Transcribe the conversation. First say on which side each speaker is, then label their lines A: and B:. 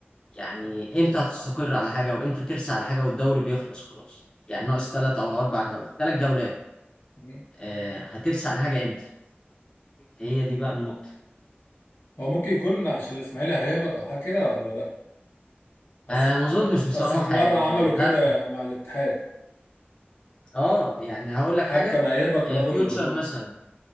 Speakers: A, on the left (about 20°); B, on the left (about 70°).
A: يعني امتى هتستقر على حاجه وامتى ترسى على حاجه والدوري بيخلص خلاص يعني ناقص ثلاث او اربع جولات ثلاث جولات
B: مم.
A: آه هترسى على حاجه امتى هي دي بقى النقطه
B: هو ممكن يكون عشان الاسماعيلي هيهبط او حاجه كده ولا لا اصل
A: انا
B: في
A: ما اظنش بصراحه
B: اصل في مره
A: يعني
B: عملوا كده
A: لا
B: مع الاتحاد
A: اه يعني هقول
B: الاتحاد
A: لك حاجه
B: كان هيهبط
A: آه
B: ولغوا
A: فيوتشر
B: اللي هو
A: مثلا